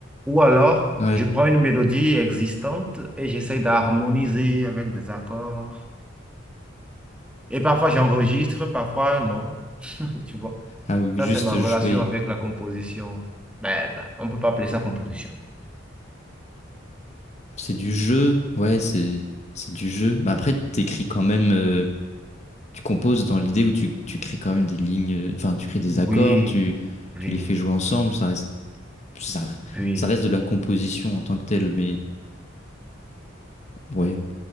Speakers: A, in the centre; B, on the left (about 35°).
A: Ou alors,
B: ouais.
A: je prends une mélodie existante et j'essaie d'harmoniser avec des accords. Et parfois j'enregistre, parfois non. <laughs> Tu vois,
B: Ah, ou juste
A: ça c'est ma relation
B: jouer.
A: avec la composition. Mais ben, on ne peut pas appeler ça composition.
B: C'est du jeu. Ouais, c'est c'est du jeu. Mais après, t'écris quand même. euh, tu composes dans l'idée où tu tu crées quand même des lignes. euh, Enfin, tu crées des
A: Oui,
B: accords. Tu
A: oui,
B: tu les fais jouer ensemble. Ça reste ça
A: oui.
B: ça reste de la composition en tant que telle. Mais ouais,